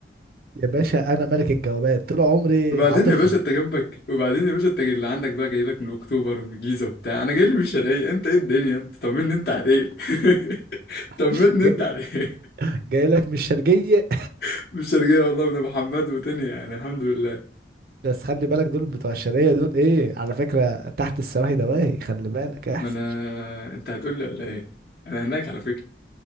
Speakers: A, on the right (about 55°); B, on the left (about 60°).
A: يا باشا انا ملك الجوابات طول عمري
B: وبعدين
A: عاطفي
B: يا باشا انت جنبك وبعدين يا باشا انت اللي عندك بقى جاي لك من اكتوبر ومن الجيزه وبتاع انا جاي لي من الشرقيه انت ايه الدنيا انت طمني انت عليك <laughs> طمني
A: <laughs> جاي
B: انت
A: لك
B: عليك
A: جاي لك مش شرجية
B: <laughs> من الشرقيه والله من ابو حماد ودنيا يعني الحمد لله
A: بس خلي بالك دول بتوع الشرقية دول ايه على فكرة تحت السواهي دواهي خلي بالك احذر
B: ما انا انت هتقول لي ولا ايه انا هناك على فكره